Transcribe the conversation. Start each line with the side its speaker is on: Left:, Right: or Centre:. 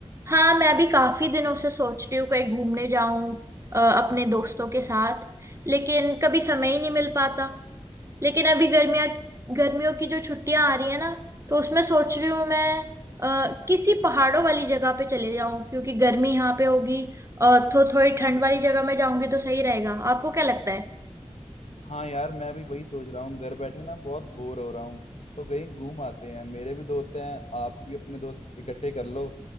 Right: हाँ मैं भी काफी दिनों से सोच रही हूँ कहीं घूमने जाऊं अ, अपने दोस्तों के साथ लेकिन कभी समय ही नहीं मिल पाता लेकिन अभी गर्मियाँ गर्मियों की जो छुट्टियां आ रही है ना तो उसमें सोच रही हूँ मैं अ, किसी पहाड़ों वाली जगह पे चले जाऊं क्योंकि गर्मी यहाँ पे होगी और तो थोड़ी ठंड वाली जगह में जाऊंगी तो सही रहेगा आपको क्या लगता है
Left: हाँ यार मैं भी वही सोच रहा हूँ घर बैठे ना बहुत बोर हो रहा हूँ तो कहीं घूम आते हैं मेरे भी दोस्त हैं आप भी अपने दोस्त इकट्ठे कर लो